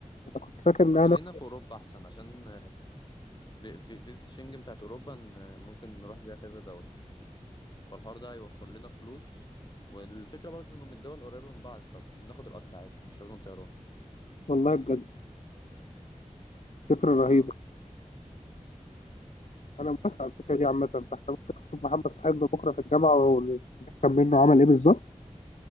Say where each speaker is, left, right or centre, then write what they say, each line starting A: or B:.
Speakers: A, on the left; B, on the left.
A: كنت فاكر
B: فخلينا
A: انها نفس
B: في أوروبا أحسن عشان في- في- فيزا شنجن بتاعت أوروبا ن- ممكن نروح بيها كذا دولة فالحوار ده هيوفر لنا فلوس والفكرة برضه إنه من الدول قريبة من بعض فبناخد القطر عادي مش لازم طيران
A: والله بجد فكرة رهيبة
B: آه
A: انا موافق على الفكرة دي عامة فاحنا ممكن نشوف محمد صاحبنا بكرة في الجامعة ونفهم منه عمل ايه بالظبط